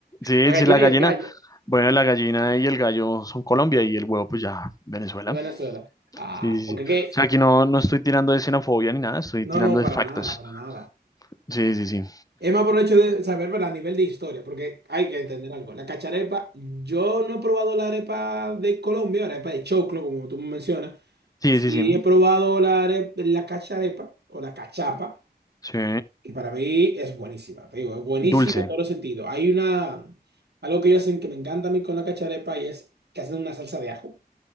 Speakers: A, on the left; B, on the right.
A: Sí,
B: La gallina
A: sí, la gallina.
B: y el gallo
A: Bueno, la gallina y el gallo son Colombia y el huevo, pues ya, Venezuela.
B: de Venezuela. Ah,
A: Sí, sí,
B: porque
A: sí. O
B: qué.
A: sea, aquí no, no estoy tirando de xenofobia ni nada, estoy tirando
B: No, no,
A: de
B: para
A: factos.
B: nada, para nada.
A: Sí, sí, sí.
B: Es más por el hecho de saber, ¿verdad? A nivel de historia, porque hay que entender algo. La cacharepa, yo no he probado la arepa de Colombia, la arepa de choclo, como tú mencionas.
A: Sí,
B: Sí
A: sí, sí.
B: he probado la arepa, la cacharepa o la cachapa
A: Sí.
B: Y para mí es buenísima, te digo, es buenísima
A: Dulce.
B: en todos los sentidos. Hay una, algo que ellos hacen que me encanta a mí con la cacharepa y es que hacen una salsa de ajo,